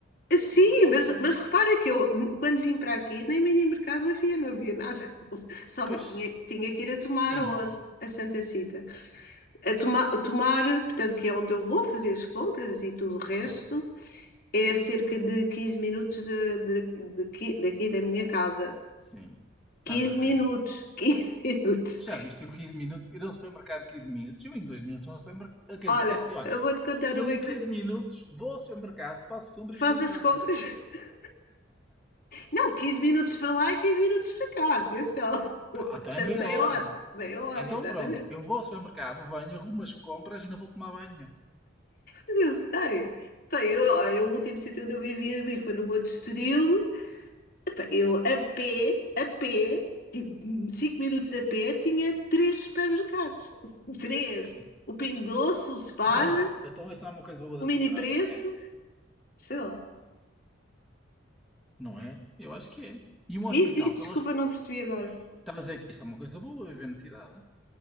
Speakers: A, on the left (about 45°); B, in the centre.
A: sim,
B: eh, opções.
A: mas, mas repara que eu, n- quando vim para aqui, nem mini mercado havia, não havia nada. <laughs> Só me-
B: Pois,
A: tinha, tinha que ir a tomar
B: eu
A: ou
B: não.
A: a, a Santa Cita. A toma, tomar, portanto, que é onde eu vou fazer as compras e tudo o resto,
B: Sim,
A: é a cerca de 15 minutos de, de- de- daqui daqui da minha casa.
B: sim. Estás
A: 15
B: a ver.
A: minutos, <laughs> 15 minutos.
B: Tu já viste eu 15 minutos, ir a um supermercado de 15 minutos, eu em 2 minutos vou ao supermercado. Quer,
A: Olha,
B: quer, e olhem,
A: eu vou-te contar
B: eu
A: uma
B: em
A: engraçada.
B: 15 minutos vou ao supermercado, faço compras
A: Faz
B: e estou em
A: as
B: casa.
A: compras. <laughs> Não, 15 minutos para lá e 15 minutos para cá, atenção. <laughs> Portanto,
B: Pá, então é meia
A: meia
B: hora.
A: hora, meia hora,
B: Então
A: exatamente.
B: pronto, eu vou ao supermercado, venho, arrumo as compras e não vou tomar banho.
A: Mas eu sei. Bem, eu, olha, o último sítio onde eu vivia ali foi no Monte Estoril. Eu, a pé, a pé, tipo 5 minutos a pé, tinha três supermercados. <laughs> Três.
B: Pronto.
A: O Pingo Doce, o Spar,
B: Então isso, então isso não é uma coisa boa
A: o
B: da
A: Mini
B: cidade?
A: Preço,
B: É,
A: sei lá.
B: não é? Eu acho que é. E um
A: Diz,
B: hospital,
A: diz, desculpa,
B: que é o hospital.
A: não percebi agora.
B: Estava a dizer que isso é uma coisa boa viver na cidade.